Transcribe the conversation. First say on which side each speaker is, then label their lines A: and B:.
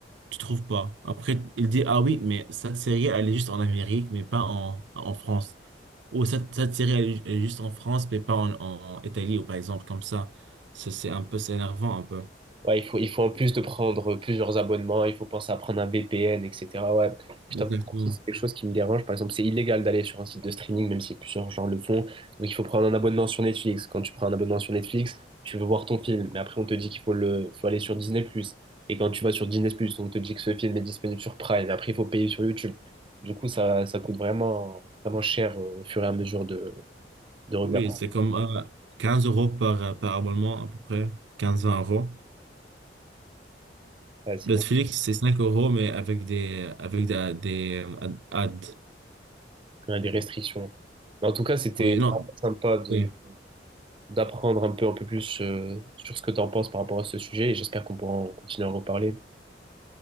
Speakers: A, on the right; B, on the right.
A: tu trouves pas. Après, il dit, ah oui, mais cette série, elle est juste en Amérique, mais pas en, en France. Ou cette, cette série, elle est, elle est juste en France, mais pas en, en Italie, ou par exemple, comme ça. Ça, C'est un peu, c'est énervant, un peu.
B: Ouais, il faut, il faut en plus de prendre euh, plusieurs abonnements, il faut penser à prendre un VPN, etc. Ouais, je
A: Exactement.
B: t'avoue que aussi, c'est quelque chose qui me dérange. Par exemple, c'est illégal d'aller sur un site de streaming, même si plusieurs gens le font. Donc, il faut prendre un abonnement sur Netflix. Quand tu prends un abonnement sur Netflix, tu veux voir ton film, mais après, on te dit qu'il faut le, faut aller sur Disney+. plus Et quand tu vas sur Disney+, plus on te dit que ce film est disponible sur Prime. Après, il faut payer sur YouTube. Du coup, ça, ça coûte vraiment, vraiment cher euh, au fur et à mesure de, de regarder.
A: Oui, c'est comme euh, 15 euros par, par abonnement, à peu près, 15-20 euros.
B: Ouais, c'est
A: Netflix,
B: beaucoup.
A: c'est 5 euros, mais avec des, avec des, des euh, ad- ads.
B: Il y a des restrictions. Mais en tout cas, c'était
A: Oui, non,
B: vraiment sympa de
A: oui,
B: d'apprendre un peu, un peu plus euh, sur ce que tu en penses par rapport à ce sujet et j'espère qu'on pourra en continuer à en reparler.